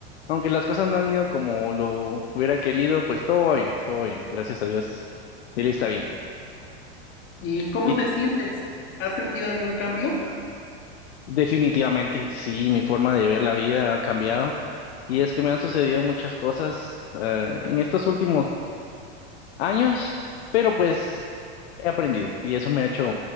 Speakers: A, on the left; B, on the left.
A: Aunque las cosas no han ido como lo hubiera querido, pues todo va bien, todo va bien. Gracias a Dios, él está bien.
B: ¿Y cómo
A: Y
B: te sientes? ¿Has sentido algún cambio?
A: definitivamente, sí, mi forma de ver la vida ha cambiado. Y es que me han sucedido muchas cosas eh, en estos últimos años, pero pues he aprendido y eso me ha hecho